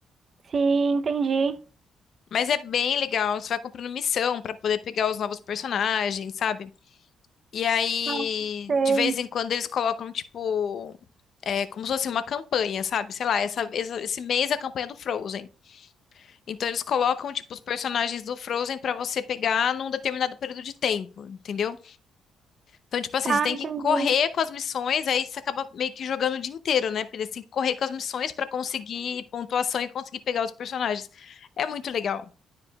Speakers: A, on the right; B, on the left.
A: Sim, entendi.
B: Mas é bem legal. Você vai cumprindo missão pra poder pegar os novos personagens, sabe? E aí,
A: Não sei.
B: de vez em quando, eles colocam, tipo, é, como se fosse uma campanha, sabe? Sei lá, essa- essa- esse mês é a campanha do Frozen. Então, eles colocam, tipo, os personagens do Frozen pra você pegar num determinado período de tempo, entendeu? Então, tipo assim,
A: Tá,
B: você tem
A: entendi.
B: que correr com as missões, aí você acaba meio que jogando o dia inteiro, né? Porque você tem que correr com as missões pra conseguir pontuação e conseguir pegar os personagens. É muito legal.